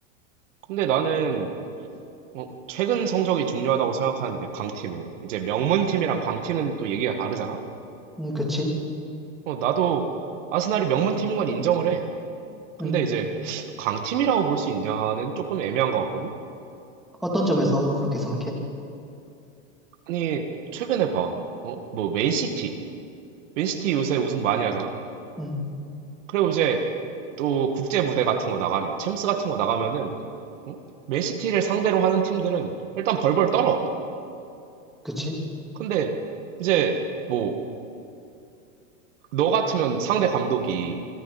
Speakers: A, on the right; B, in the centre.
A: 근데 나는, 어, 최근 성적이 중요하다고 생각하는데, 강팀은. 이제 명문팀이랑 강팀은 또 얘기가 다르잖아?
B: 음, 그치?
A: 어, 나도 아스날이 명문팀인 건 인정을 해. 근데
B: 음,
A: 이제, 강팀이라고 볼 수 있냐는 조금 애매한 것 같거든?
B: 어떤 점에서 그렇게 생각해?
A: 아니, 최근에 봐. 어, 뭐, 맨시티. 맨시티 요새 우승 많이 하잖아?
B: 음,
A: 그리고 이제 또 국제 무대 같은 거 나가면, 챔스 같은 거 나가면은, 어? 맨시티를 상대로 하는 팀들은 일단 벌벌 떨어.
B: 그치?
A: 근데 이제 뭐, 너 같으면 상대 감독이